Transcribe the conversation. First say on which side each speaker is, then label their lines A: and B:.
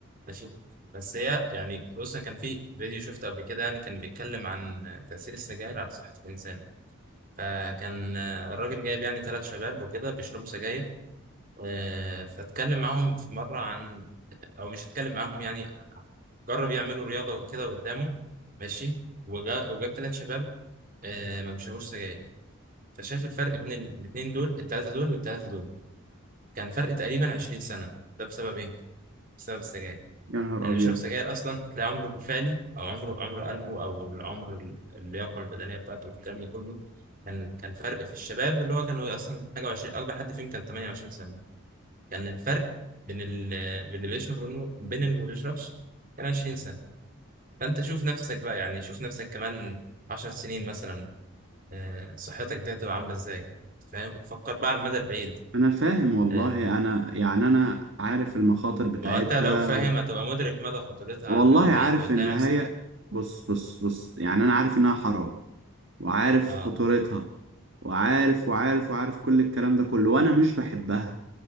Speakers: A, on the right; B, on the right.
A: ماشي بس هي يعني بص كان في فيديو شفته قبل كده يعني كان بيتكلم عن تأثير السجاير على صحة الإنسان فكان آه، الراجل جايب يعني ثلاث شباب وكده بيشربوا سجاير آه، فاتكلم معاهم في مرة عن أو مش اتكلم معاهم يعني جرب يعملوا رياضة وكده قدامه ماشي وجا- وجاب ثلاث شباب آه، ما بيشربوش سجاير فشاف الفرق بين ال- الاتنين دول التلاتة دول والتلاتة دول كان فرق تقريبا 20 سنة ده بسبب إيه؟ بسبب السجاير يعني
B: يا نهار
A: اللي
B: ابيض
A: بيشرب سجاير أصلا تلاقي عمره الفعلي أو عمره عمر قلبه أو العمر ال- اللياقة البدنية بتاعته والكلام ده كله كان كان فرق في الشباب اللي هو كانوا أصلا حاجة وعشرين أكبر حد فيهم كان 28 سنة كان الفرق بين ال... بين اللي بيشرب وبين بين اللي ما بيشربش كان 20 سنة فأنت شوف نفسك بقى يعني شوف نفسك كمان 10 سنين مثلا آه، صحتك دي هتبقى عاملة إزاي فاهم فكر بقى على المدى البعيد
B: انا فاهم والله
A: آه،
B: انا يعني انا عارف المخاطر بتاعتها
A: ما هو أنت لو فاهم هتبقى مدرك مدى خطورتها
B: والله
A: على المدى البعيد
B: عارف
A: وهتلاقي
B: ان هي
A: نفسك
B: بص بص بص يعني انا عارف انها حرام وعارف
A: آه,
B: خطورتها وعارف وعارف وعارف كل الكلام ده كله وانا مش بحبها